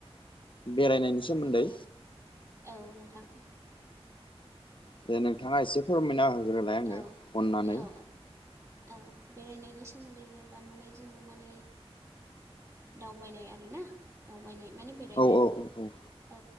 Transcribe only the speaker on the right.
माने औ नोंथां।
औ
औ औ बेरायनायनि सोमोन्दै होनोबा माने जोङो माने दावबायनाय आरोना। दावबायनाय माने बेरायनाय
औ